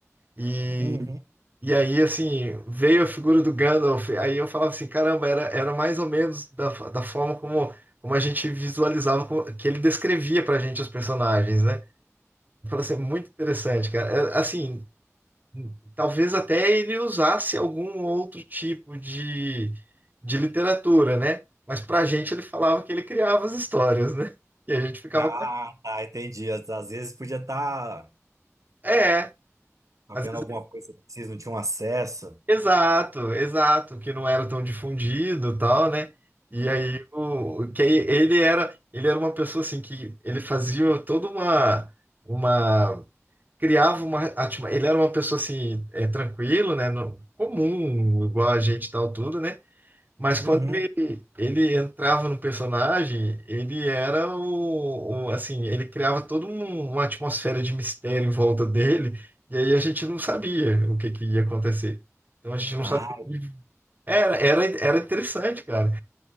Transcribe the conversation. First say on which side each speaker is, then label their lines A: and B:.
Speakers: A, on the right (about 35°); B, on the right (about 85°).
A: E,
B: Uhum.
A: e aí, assim, veio a figura do Gandalf. Aí eu falava assim, caramba, era, era mais ou menos da, da forma como, como a gente visualizava, co- que ele descrevia pra gente os personagens, né? Eu falei assim, muito interessante, cara. É, Assim, Talvez até ele usasse algum outro tipo de, de literatura, né? Mas pra gente ele falava que ele criava as histórias, né? E a gente ficava
B: Ah,
A: com.
B: tá, entendi. Às, às vezes podia estar
A: É,
B: havendo
A: às vezes-
B: alguma coisa que vocês não tinham acesso.
A: exato, exato, que não era tão difundido e tal, né? E aí o que ele era, ele era uma pessoa assim que ele fazia toda uma uma criava uma atma- ele era uma pessoa assim é, tranquilo, né? no- comum, igual a gente e tal tudo, né? Mas quando
B: Uhum.
A: ele, ele entrava no personagem, ele era o, o- assim, ele criava toda um- uma atmosfera de mistério em volta dele, e aí a gente não sabia o que que ia acontecer. Então a gente não
B: Ah,
A: sabia. Era, era, era interessante, cara.